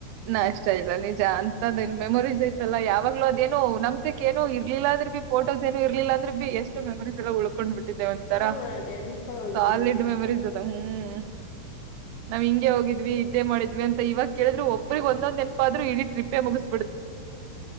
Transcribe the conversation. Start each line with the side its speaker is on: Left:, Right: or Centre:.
Right: ನಾ ಅಷ್ಟ ಇಲ್ಲ ನಿಜ ಅಂತದನ್ ಮೆಮೊರೀಸ್ ಇಐತ್ತಲ್ಲಾ ಯಾವಾಗ್ೂ ಅದೇನೋ ನಮ್ತೆಿಕ ಏನೋ ಇ ಇರಿಲ್ಲಾ ಆಂದುರ್ ಬಿ ಫೋಸ್ ಏನು ಇರ್ಲಲ್ಲ ಅ್ರದ್ರು ಬಿ ಎಷ್ಟು ಮೆಮರರಿಸ್ ಎಲ್ಲ ಉಳ್ಕೊಂಡ್ ಬಿಟ್ಟು ಇದೇಟ್ಟ ಒಂಥರ
Left: ಹ್ಮ ನೆನ್ಪಗಳು ಉಳ್ಕೊಂಡಿರ್ತಾರೆ
Right: ಸಾಲಿಡ್ ಮೆಮರೀಸ್ ಅದ ಹ್ಮ್ ನಾವ್ ಹಿಂಗ ಹೋಗ್ವಿ ಇದೇ ಮಾಡಿದ್ವಿ ಅಂತ ಇವಾಗ ಕೇಳ್ರರು ಒಬ್ರಗ್ಂದೊ್ೆಪ ಆದರು ಇಡ ಟ್ರಿಪ್ಪೆ ಮುಗಿಸ